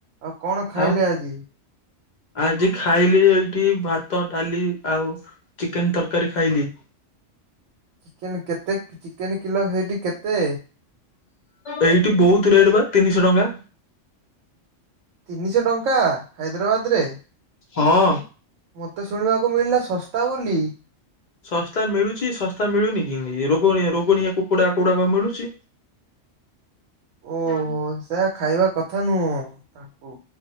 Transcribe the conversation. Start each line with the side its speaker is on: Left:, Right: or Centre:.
Right: ଆଉ କଣ ଖାଇଲେ
Left: ଆଉ
Right: ଆଜି?
Left: ଆଜି ଖାଇଲି ଏଇଠି ଭାତ ଡାଲି ଆଉ ଚିକେନ ତରକାରୀ ଖାଇଲି।
Right: ଚିକେନ୍ କେତେ ଚିକେନ୍ କିଲୋ ହେଠି କେତେ?
Left: ଏଇଠି ବହୁତ ରେଟ ବା ତିନିଶହ ଟଙ୍କା।
Right: ତିନିଶହ ଟଙ୍କା ହାଇଦ୍ରାବାଦରେ।
Left: ହଁ।
Right: ମୋତେ ଶୁଣିବାକୁ ମିଳିଲା ଶସ୍ତା ବୋଲି।
Left: ଶସ୍ତା ମିଳୁଛି ଶସ୍ତା ମିଳୁନି କି ନି ରୋଗଣିଆ ରୋଗଣିଆ କୁକୁଡା କୁକୁଡାକ ମିଳୁଛି।
Right: <inaudible> ଓହୋ
Left: ହଁ।
Right: ସେୟା ଖାଇବା କଥା ନୁହଁ ତା ହ